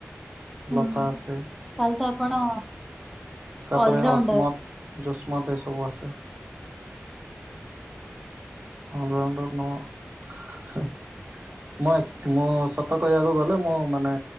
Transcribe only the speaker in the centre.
ହୁଁ।
ତାହେଲେ ତ ଆପଣ
ଅଲରାଉଣ୍ଡର।